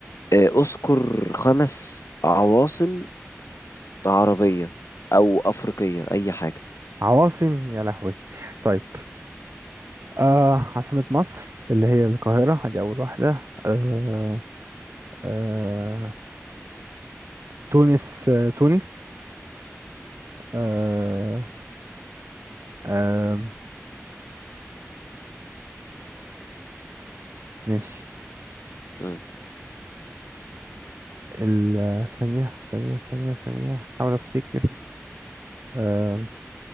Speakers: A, on the left; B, on the right.
A: آه اذكر خمس عواصم عربية أو أفريقية أي حاجة
B: عواصم يا لهوي طيب أه عاصمة مصر اللي هي القاهرة هذه أول واحدة أه أه تونس أه تونس أه أه ماشي
A: مم.
B: ال- ثانية ثانية ثانية ثانية حاول أفتكر آم،